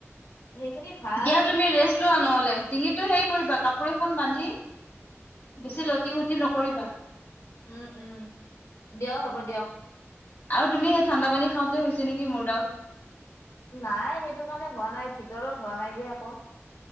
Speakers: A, on the left (about 85°); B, on the left (about 50°).
A: সেইখিনি ভাল
B: দিয়া
A: সেইখিনিত
B: তুমি ৰেষ্ট
A: মানে
B: লোৱা
A: কি
B: নহ'লে, ডিঙিতটো হেৰি কৰিবা কাপোৰ এখন বান্ধি বেছি লটি-ঘটি নকৰিবা।
A: উম-উম দিয়ক হ'ব দিয়ক।
B: আৰু তুমি সেই ঠাণ্ডা পানী খাওঁতে হৈছে নেকি মোৰ দাউত।
A: নাই সেইটো কাৰণে হোৱা নাই ভিতৰত হোৱা নাই যে আকৌ